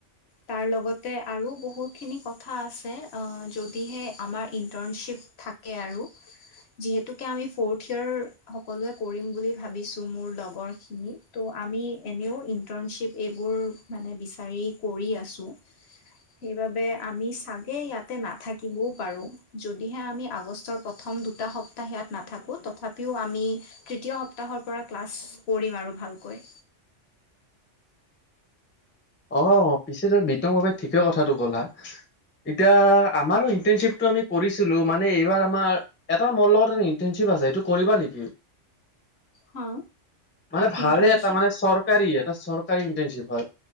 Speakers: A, on the left; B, on the left.
A: তাৰ লগতে আৰু বহুখিনি কথা আছে অঁ য' যদিহে আমাৰ ইণ্টাৰ্ণশ্বিপ থাকে আৰু। যিহেতুকে আমি ফৌৰঠ ইয়েৰ সকলোৱে কৰিম বুলি ভাবিছোঁ মোৰ লগৰখিনি ত আমি এনেও ইণ্টাৰ্ণশ্বিপ এইবোৰ মানে বিচাৰি কৰি আছোঁ। সেইবাবে আমি চাগে ইয়াতে নাথাকি কিবও পাৰো, যদিহে আমি আগষ্টৰ প্ৰথম দুটা সপ্তাহ ইয়াত নাথাকো তথাপিও আমি তৃতীয় সপ্তাহৰ পৰা, ক্লাছ কৰিম আৰু ভালকৈ।
B: অ' পিছেতে বিতং ভাবাই ঠিকেই কথাটো ক'লা। এতিয়া আমাৰো ইন্টাৰনশ্বিপটো আমি কৰিছিলো মানে এইবাৰ আমাৰ এটা মৰ লগত ইন্টাৰনশ্বিপ ৱা যায় এইটো কৰিবা নেকি?
A: হা
B: মানে ভালে
A: ইণ্টাৰ্ণশ্বিপ
B: তামানে চৰকাৰী এটা চৰ চৰকাৰী ইন্টাৰনশিপ হয়,